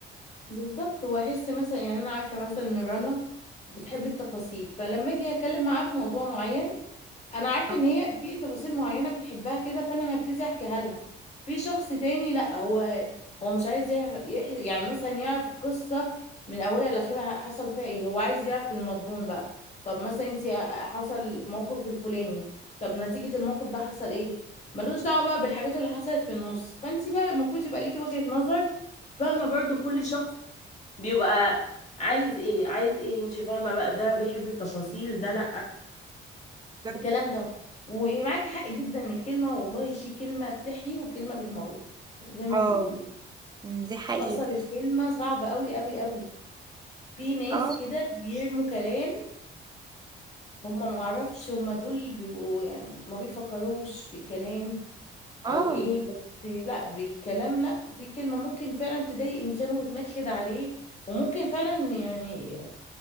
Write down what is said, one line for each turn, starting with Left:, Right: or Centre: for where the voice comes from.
Left: بالظبط واحس مثلا يعني انا عارفه مثلا ان رنا بتحب التفاصيل فلما اجي اتكلم معاها في موضوع معين انا عارفه
Right: اه
Left: ان هي في تفاصيل معينه بتحبها كده فانا هبتدي احكيها لها في شخص تاني لا هو هو مش عايز يح... يح... يعني مثلا يعرف القصه من اولها لاخرها حصل فيها ايه هو عايز يعرف المضمون بقى طب مثلا انت حصل موقف الفلاني طب نتيجه الموقف ده حصل ايه ملوش دعوه بقى بالحاجات اللي حصلت في النص فانت بقى المفروض يبقى ليكي وجهه نظر فاهمة برضو كل شخص بيبقى عايز ايه عايز ايه انت فاهمه بقى ده بيحب التفاصيل ده لا
Right: بجد.
Left: الكلام ده ومعاكي حق جدا الكلمة والله في كلمة بتحيي وكلمة بتموت زي ما
Right: اه
Left: بيقولوا
Right: دي حقيقة
Left: أصل الكلمة صعبة قوي قوي قوي في ناس
Right: اه
Left: كده بيرموا كلام هم معرفش هم دول بيبقوا يعني ما بيفكروش في الكلام
Right: اه
Left: أو إيه بس لا بالكلام لا في كلمة ممكن فعلا تضايق إنسان وتنكد عليه وممكن فعلا يعني